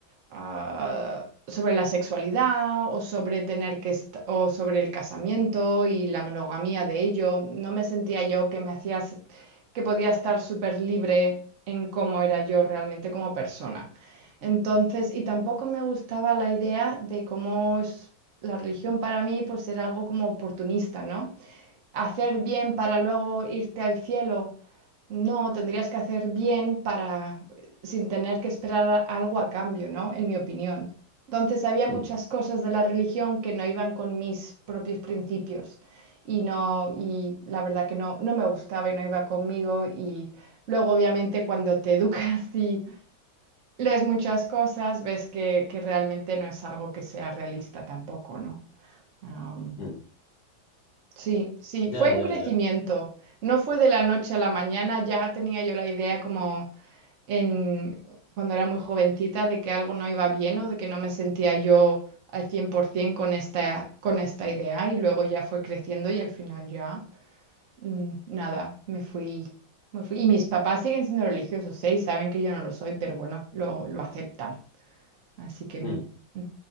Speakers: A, on the right; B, on the left.
A: ah, sobre la sexualidad o sobre tener que est- o sobre el casamiento y la monogamia de ello. No me sentía yo que me hacías que podía estar súper libre en cómo era yo realmente como persona. Entonces, y tampoco me gustaba la idea de cómo es la religión para mí, pues era algo como oportunista, ¿no? Hacer bien para luego irte al cielo. No, tendrías que hacer bien para, sin tener que esperar a- algo a cambio, ¿no? En mi opinión. Entonces había muchas
B: Mm,
A: cosas de la religión que no iban con mis propios principios y no, y la verdad que no, no me gustaba y no iba conmigo y luego obviamente cuando te <laughs> educas y lees muchas cosas, ves que, que realmente no es algo que sea realista tampoco, ¿no? Am,
B: mm.
A: sí, sí,
B: Ya,
A: fue
B: ya,
A: un crecimiento.
B: ya.
A: No fue de la noche a la mañana, ya tenía yo la idea como en, cuando era muy jovencita de que algo no iba bien o de que no me sentía yo al 100% con esta, con esta idea y luego ya fue creciendo y al final ya mm, nada, me fui, me fui. Y mis papás siguen siendo religiosos, ¿eh? Y saben que yo no lo soy, pero bueno, lo, lo aceptan. Así que men-
B: Mm.
A: mm,